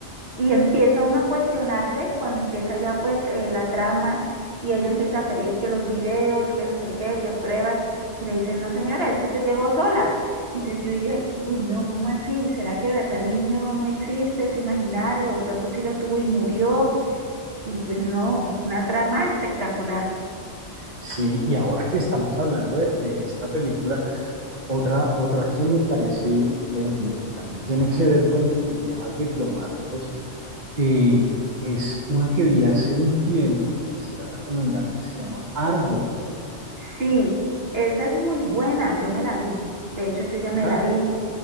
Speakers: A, on the right (about 60°); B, on the right (about 40°).
A: y empieza uno a cuestionarse cuando empieza ya pues eh, la trama y ella empieza a pedir que los videos, que no sé qué, que pruebas y le dicen, no señora, es que usted llegó sola. Entonces yo dije, uy no, ¿cómo así? ¿Será que de verdad el niño no existe, es imaginario, de pronto sí lo tuvo y murió? Y pues no, una trama espectacular.
B: Sí, y ahora que estamos hablando de, de esta película, Otra, otra que me parece, bueno, que, que también tiene que ver con, con temas diplomáticos, eh, es una que vi hace un tiempo que quisiera recomendarte que se llama Argo.
A: Sí, esa es muy buena, yo me la vi. De hecho, yo ya me
B: Ah,
A: la vi.